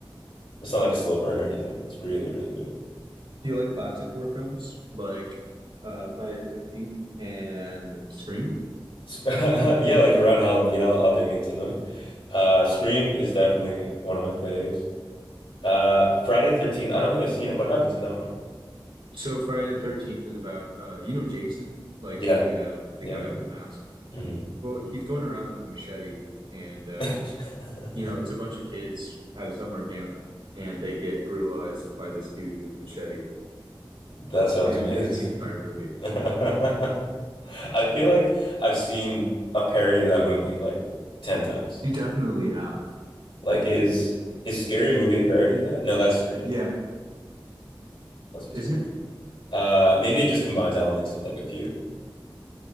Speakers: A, on the left; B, on the right.
A: it's not like a slow burn or anything. It's really, really good.
B: Do you like classic horror films like uh, Friday the 13th and Scream?
A: <laughs> Yeah, like around Halloween, I'll, I'll dig into them. Uh Scream is definitely one of my faves. Uh Friday the 13th, I don't think I've seen it. What happens in that one?
B: So Friday the 13th is about uh, you know Jason, like
A: Yeah,
B: the uh,
A: yeah.
B: the guy with the mask.
A: hmm
B: Well, he's going around with a machete and uh,
A: <laughs>
B: you know, it's a bunch of kids at a summer camp and they get brutalized by this dude with a machete.
A: That sounds
B: And
A: amazing.
B: that's the entire movie.
A: <laughs> I feel like I've seen a parody of that movie like 10 times.
B: You definitely have.
A: Like is is Scary Movie a parody of that? No, that's Scream.
B: Yeah,
A: Must be
B: isn't
A: Scream.
B: it?
A: Uh, maybe it just combines elements of like a few.